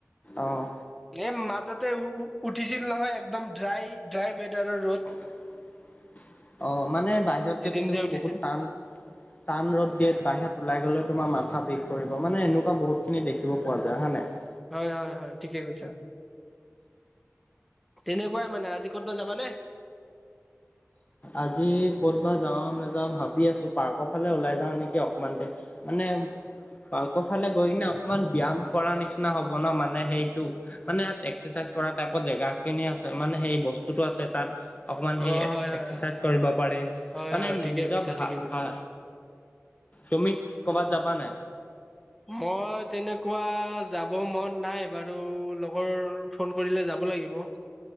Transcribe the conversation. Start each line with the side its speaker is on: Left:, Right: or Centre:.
Left: অ'।
Centre: এ, মাজতে উ-উঠিছিল নহয়, একদম ড্ৰাই, ড্ৰাই ৱেডাৰৰ ৰ'দ।
Left: অ', মানে বাহিৰত
Centre: এদিন
Left: যদি
Centre: যে
Left: তুমি
Centre: উঠিছিল
Left: বহুত টান টান ৰ'দ দিয়ে, বাহিৰত ওলাই গ'লে তোমাৰ মাথা বিষ কৰিব, মানে এনেকুৱা বহুতখিনি দেখিব পোৱা যায় হয় নাই?
Centre: হয়, হয়, হয়, ঠিকেই কৈছা। তেনেকুৱাই মানে, আজি ক'তবা যাবানে?
Left: আজি ক'তবা যাওঁ নাযাওঁ ভাবি আছোঁ, পাৰ্কৰ ফালে ওলাই যাওঁ নেকি অকমান দেৰি। মানে পাৰ্কৰ ফালে গৈ কিনে অকমান ব্যায়াম কৰা নিচিনা হ'ব ন, মানে সেইটো মানে ইয়াত এক্সাৰচাইজ কৰা টাইপত জেগাখিনি আছে, মানে সেই বস্তুটোতো আছে। তাত অকণমান
Centre: অ
Left: সেই
Centre: হয় হয়
Left: এক্সাৰচাইজ
Centre: হয়
Left: কৰিব পাৰিম
Centre: হয়
Left: মানে
Centre: হয় ঠিকে
Left: নিজৰ
Centre: কৈছা
Left: ভা-ভা
Centre: ঠিকে কৈছা।
Left: তুমি কৰ'বাত যাবা নাই?
Centre: মই তেনেকুৱা যাব মন নাই বাৰু, লগৰ ফোন কৰিলে যাব লাগিব।